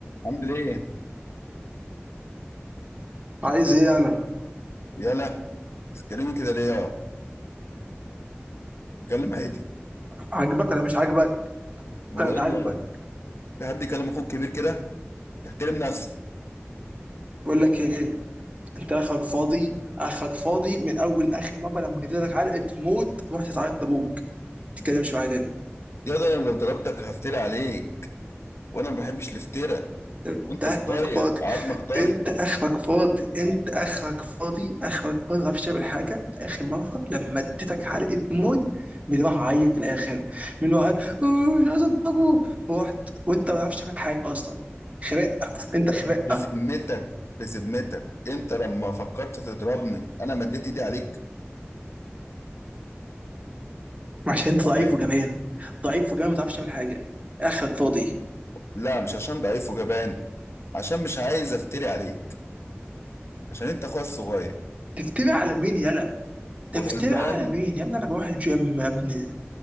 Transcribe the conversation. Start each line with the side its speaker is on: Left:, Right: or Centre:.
Left: عامل ايه؟
Right: عايز ايه انا
Left: يلا تتكلمي كده ليه يا اتكلم عادي
Right: عاجبك انا مش عاجبك
Left: هو
Right: انا
Left: ايه
Right: مش
Left: اللي
Right: عاجبك
Left: في حد يكلم اخوك كبير كده؟ تحترم نفسك
Right: بقول لك ايه انت اخرك فاضي اخرك فاضي من اول اخر مره لما جيت لك علقه موت رحت تعيط لابوك ما تتكلمش معايا تاني
Left: يا ده انا لو ضربتك هفتري عليك وانا ما بحبش الافتراء
Right: انت
Left: وانت
Right: اخرك
Left: صغير
Right: فاضي
Left: عظمك طري
Right: انت اخرك فاضي انت اخرك فاضي اخرك فاضي ما تعرفش تعمل حاجه اخر مره لما اديتك علقه موت مين راح عيط في الاخر مين راح عيط "آه، مش عايز اضربه رحت وانت ما تعرفش تعمل حاجه اصلا خرقه انت خرقه
Left: طب بذمتك بذمتك انت لما فكرت تضربني انا مديت ايدي عليك
Right: عشان
Left: رد
Right: انت ضعيف
Left: عليا
Right: وجبان ضعيف وجبان ما تعرفش تعمل حاجه اخرك فاضي
Left: لا مش عشان ضعيف وجبان عشان مش عايز افتري عليك عشان انت اخويا الصغير
Right: تفتري على مين يلا تفتري
Left: وغلبان
Right: على مين يا ابني انا بروح الجيم يا ابني